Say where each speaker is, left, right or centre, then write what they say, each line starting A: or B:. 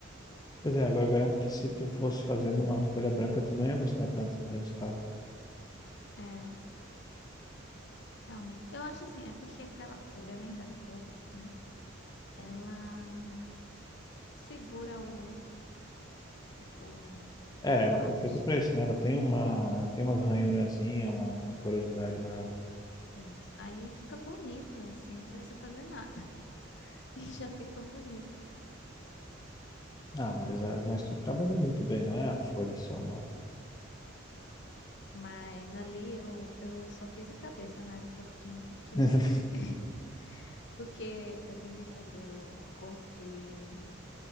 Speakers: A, on the left; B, on the left.
A: Pois é, agora garanto que se tu fosse fazendo uma folha branca, tu não ia gostar tanto do resultado.
B: É, realmente. Eu acho assim, é porque aquela folha, além da cor, né? Ela segura o, o
A: É, ela
B: o lápis.
A: foi feita pra isso, né? Ela tem uma, ela tem umas ranhurazinhas, uma, uma porosidade maior.
B: Isso. Aí fica bonito, assim, não precisa fazer nada <laughs> e já fica bonito.
A: Ah, mas, a- mas tu trabalhou muito bem, não é a folha só, não.
B: Mas ali eu, eu só fiz a cabeça, né, do porquinho, porque
A: <laughs>
B: <laughs> porque eu tentei fazer o corpo e